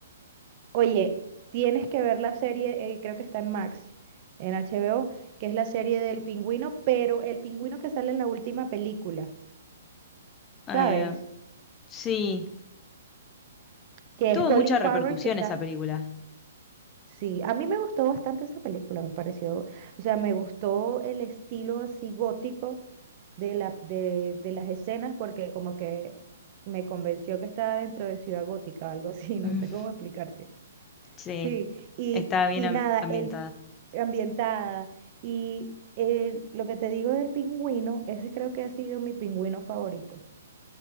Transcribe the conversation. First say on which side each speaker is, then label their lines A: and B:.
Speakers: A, on the right (about 40°); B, on the left (about 20°).
A: Oye, tienes que ver la serie, eh, creo que está en Max, en HBO, que es la serie del pingüino, pero el pingüino que sale en la última película.
B: Eh,
A: ¿sabes?
B: sí,
A: Que
B: tuvo
A: es Colin
B: mucha
A: Farrell
B: repercusión
A: que está...
B: esa película.
A: Sí, a mí me gustó bastante esa película, me pareció, o sea, me gustó el estilo así gótico de la, de, de las escenas porque como que me convenció que estaba dentro de Ciudad Gótica o algo así, <laughs> no
B: Mm.
A: sé cómo explicarte.
B: Sí,
A: Sí, y,
B: estaba bien
A: y
B: am-
A: nada,
B: ambientada.
A: el ambientada y eh, lo que te digo del pingüino, ese creo que ha sido mi pingüino favorito.